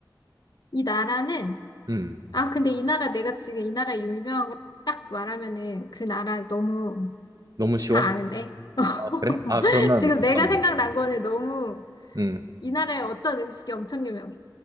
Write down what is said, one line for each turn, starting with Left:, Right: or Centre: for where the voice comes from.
Left: 이 나라는,
Right: 음
Left: 아, 근데 이 나라, 내가 지금 이 나라 유명한 거 딱 말하면은 그 나라 너무
Right: 너무 쉬워.
Left: 다 아는데? <laughs>
Right: 아, 그래? 아 그러면
Left: 지금
Right: 잠깐만.
Left: 내가 생각난 거는 너무
Right: 음.
Left: 이 나라의 어떤 음식이 엄청 유명해.